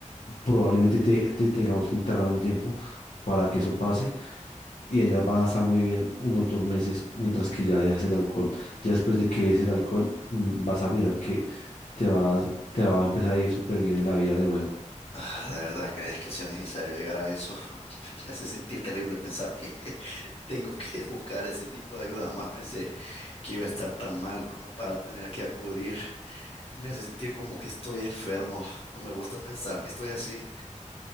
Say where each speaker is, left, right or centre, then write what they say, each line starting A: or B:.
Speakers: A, on the left; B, on the left.
A: probablemente te, te tengamos que internar un tiempo para que eso pase y allá van a estar muy bien unos dos meses mientras que ya dejas el alcohol. Ya después de que es el alcohol, mm, vas a mirar que te vas, te va a empezar a ir súper bien en la vida de nuevo.
B: Ah, ¿de verdad crees que sea necesario llegar a eso? <laughs> Me hace sentir terrible pensar que <laughs> Tengo que <laughs> buscar ese tipo de ayuda. Jamás pensé que iba a estar tan mal como para tener que acudir. Me hace sentir como que estoy enfermo. No me gusta pensar que estoy así.